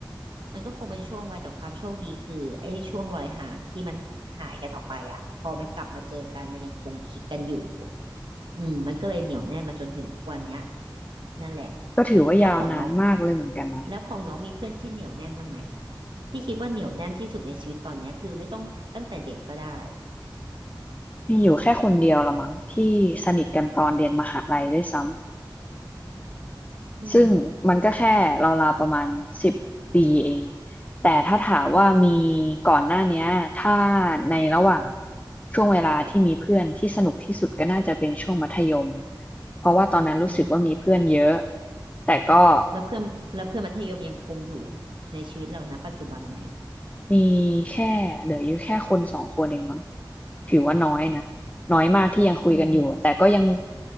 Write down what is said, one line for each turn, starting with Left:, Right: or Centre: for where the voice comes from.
Right: มันก็คงเป็นช่วงวัยแต่ความโชคดีคือไอ้ช่วงรอยห่างที่มันหายกันออกไปอ่ะพอมันกลับมาเจอกันมันยังคงคลิกกันอยู่อืมมันก็เลยเหนียวแน่นมาจนถึงทุกวันเนี้ยนั่นแหละ
Left: ก็ถือว่ายาวนานมากเลยเหมือนกันนะ
Right: แล้วของน้องแล้วของน้องมีเพื่อนที่เหนียวแน่นบ้างไหมที่คิดว่าเหนียวแน่นที่สุดในชีวิตตอนเนี้ยคือไม่ต้องตั้งแต่เด็กก็ได้
Left: มีอยู่แค่คนเดียวละมั้งที่สนิทกันตอนเรียนมหาลัยด้วยซ้ำ
Right: อืม
Left: ซึ่งมันก็แค่ราวๆประมาณสิบปีเองแต่ถ้าถามว่ามีก่อนหน้าเนี้ยถ้าในระหว่างช่วงเวลาที่มีเพื่อนที่สนุกที่สุดก็น่าจะเป็นช่วงมัธยมเพราะว่าตอนนั้นรู้สึกว่ามีเพื่อนเยอะ
Right: อืออ
Left: แต่ก็
Right: แล้วเพื่อนแล้วเพื่อนมัธยมยังคงอยู่ในชีวิตเรานะปัจจุบันไหม
Left: มีแค่เหลืออยู่แค่คนสองคนเองมั้งถือว่าน้อยนะน้อยมากที่ยังคุยกันอยู่แต่ก็ยัง
Right: อืม